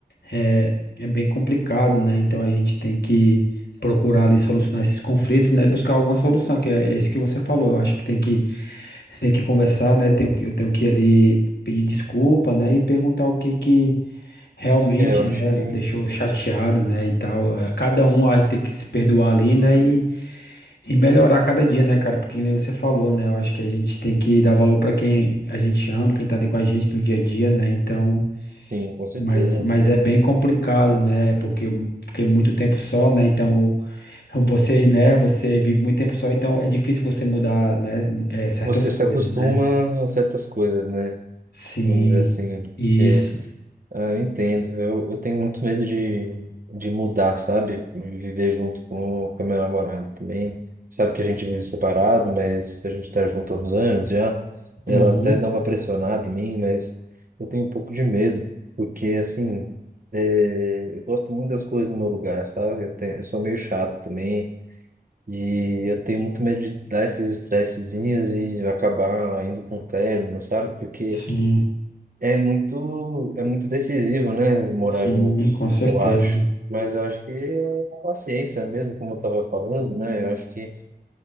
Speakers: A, on the left; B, on the right.
A: é, é bem complicado, né? Então, a gente tem que procurar ali solucionar esses conflitos, né? Buscar alguma solução, que é isso que você falou. Eu acho que tem que, tem que conversar, né? Tenho, que- eu tenho que ali pedir desculpa, né? E perguntar o que que realmente,
B: É, eu
A: né?
B: acho que
A: Deixou chateado, né? E tal. Eh, Cada um ah, tem que se perdoar ali, né? E melhorar cada dia, né, cara? Porque nem você falou, né? Eu acho que a gente tem que dar valor pra quem a gente ama, quem tá ali com a gente no dia a dia, né? Então,
B: sim, com certeza.
A: mas, mas é bem complicado, né? Porque eu fiquei muito tempo só, né? Então, você, né? Você vive muito tempo só, então é difícil você mudar, né? eh, certas
B: Você
A: coisas,
B: se acostuma
A: né?
B: a certas coisas, né?
A: Sim,
B: Vamos dizer assim.
A: isso.
B: porque Ah, eu entendo. Eu, eu tenho muito medo de, de mudar, sabe? Viver junto com, com a minha namorada também. Sabe que a gente vive separado, mas a gente tá junto há uns anos já.
A: Uhum.
B: Ela até dá uma pressionada em mim, mas eu tenho um pouco de medo, porque assim, é, eu gosto muito das coisas no meu lugar, sabe? Eu, tenho, eu sou meio chato também. E eu tenho muito medo de dar esses estressezinhos e acabar indo para um término, sabe? Porque.
A: Sim,
B: É muito, é muito decisivo, né, morar
A: sim,
B: junto,
A: com certeza.
B: eu acho. Mas eu acho que é a paciência mesmo, como eu estava falando, né? Eu acho que